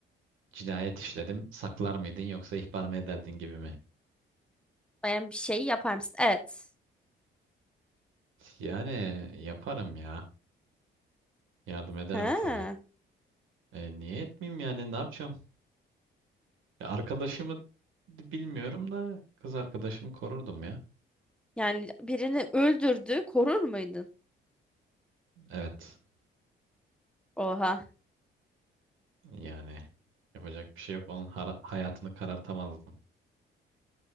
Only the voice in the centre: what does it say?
Yani bir şeyi yapar mısın? Evet.
Ha.
Yani birini öldürdü, korur muydun?
Oha.